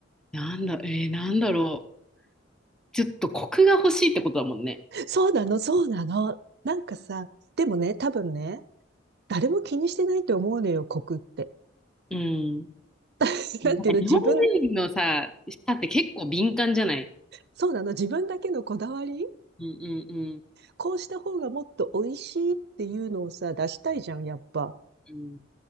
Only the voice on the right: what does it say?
う。そうなの、そうなの。なんかさ、でもね、多分ね、誰も気にしてないと思うのよ、コクって。
<laughs>
なんていうの、自分、
そうなの、自分だけのこだわり
こうした方がもっと美味しいっていうのをさ、出したいじゃん、やっぱ。